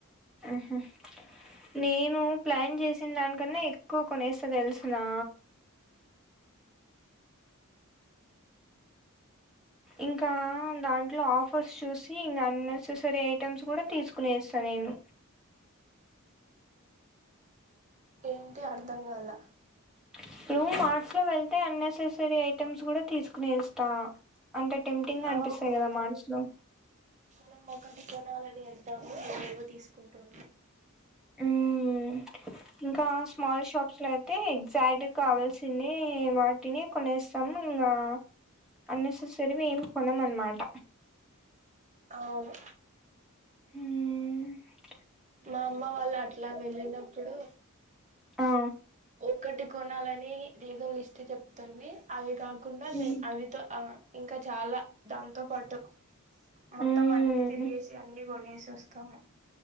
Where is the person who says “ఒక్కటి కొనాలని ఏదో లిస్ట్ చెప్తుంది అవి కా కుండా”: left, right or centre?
Right